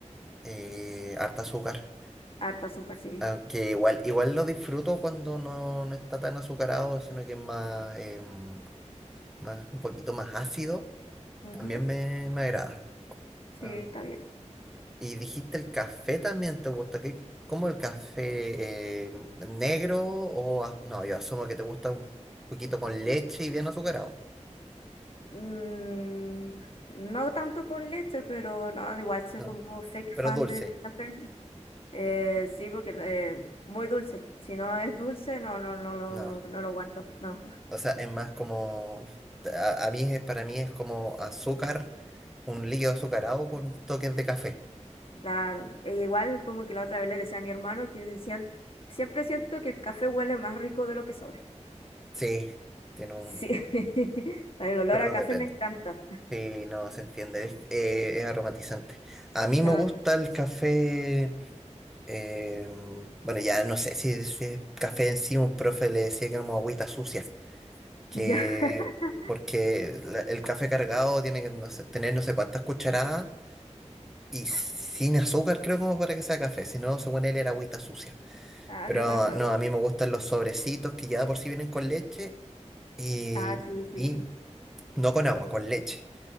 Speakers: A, in the centre; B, on the left (about 50°).
A: eh, harta azúcar.
B: Harta azúcar, sí.
A: Aunque igual, igual lo disfruto cuando no, no está tan azucarado, sino que es más, em, más un poquito más ácido.
B: Ujú,
A: También me, me agrada.
B: Sí,
A: Ah,
B: está bien.
A: Y dijiste el café también te gusta. ¿Qué, cómo el café em, negro o az- no, yo asumo que te gusta un poquito con leche y bien azucarado.
B: Mm, no tanto con leche, pero no, igual soy
A: No,
B: como fake
A: pero
B: fan
A: dulce.
B: del café. Eh, sí, porque eh, muy dulce. Si no es dulce, no, no, no, lo-
A: No.
B: no lo aguanto. No.
A: O sea, es más como a, a mí es- para mí es como azúcar, un líquido azucarado con toques de café.
B: Claro, e igual como que la otra vez le decía a mi hermano que decían, siempre siento que el café huele más rico de lo que sabe.
A: Sí, tiene un
B: Sí, <laughs> el olor
A: pero
B: a café
A: depende.
B: me encanta.
A: Sí, no se entiende, es, eh, es aromatizante. A mí
B: Claro.
A: me gusta el café, eh, bueno, ya no sé si, si es café en sí, un profe le decía que era como agüita sucia, que
B: Ya. <laughs>
A: porque la- el café cargado tiene que no sé, tener no sé cuántas cucharadas y sin azúcar creo como para que sea café, si no, según él era agüita sucia.
B: Ah,
A: Pero
B: que le ponen color.
A: no, a mí me gustan los sobrecitos que ya de por sí vienen con leche y,
B: Ah, sí, sí,
A: y
B: sí.
A: no con agua, con leche.